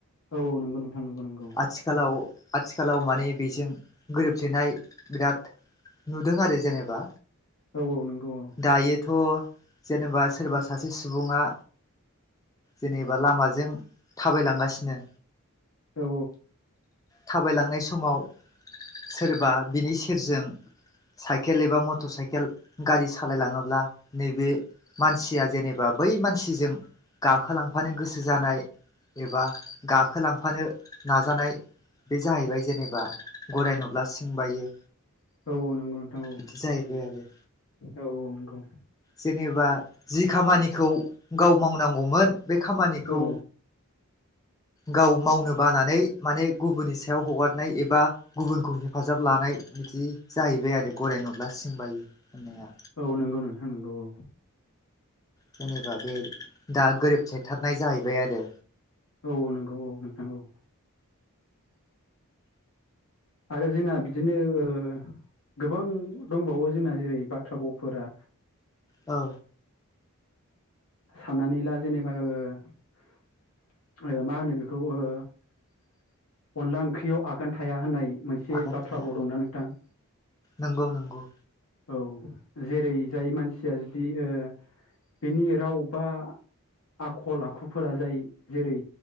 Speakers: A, on the left; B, on the left.
A: औ औ नंगौ नोंथां नंगौ नंगौ
B: आथिखालाव आथिखालाव माने बेजों गोरोबफलेनाय बिराद नुदों आरो जेनेबा
A: औ औ नंगौ औ
B: दायोथ जेनेबा सोरबा सासे सु- सुबुङा जेनेबा लामाजों थाबायलांगासिनो
A: औ
B: थाबायलांनाय समाव सोरबा बिनि सेरजों साइकेल गेलेबा मटर साइकेल गारि सालायलाङो ला नैबे मानसिया जेनेबा बै मानसिजों गाखोलांफानो गोसो जानाय एबा गाखोलांफानो नाजानाय बे जाहैबाय जेनेबा गराय नुब्ला सिं बायो
A: औ औ नंगौ नोंथां औ
B: बिदि जाहैबाय आरो जे
A: औ औ नंगौ
B: जेनेबा जि खामानिखौ गाव मावनांगौमोन बे खामानिखौ
A: औ
B: गाव मावनो बानानै माने गुबुननि सायाव हगारनाय एबा गुबुनखौ हेफाजाब लानाय बिदि जाहैबाय आरो गराय नुब्ला सिं बायो होननाया
A: औ नंगौ नोंथां नोंगौ औ
B: जेनेबा बे दा गोरोबफलेथारनाय जाहैबाय आरो
A: औ औ नंगौ औ नोंथां औ आरो जोंना बिदिनो ओ गोबां दंबावो जोंना जेरै बाथ्रा बावफोरा
B: औ
A: साननानै ला जेनेबा ओ मा होनो बेखौ ओ अनला ओंख्रियाव आगान थाया होननाय मोनसे
B: आगान
A: बाथ्रा
B: थाया
A: भाव दंना नोंथां
B: नंगौ नंगौ
A: औ जेरै जाय मानसिया जुदि ओ बिनि राव बा आखल आखुफोरा जाय जेरै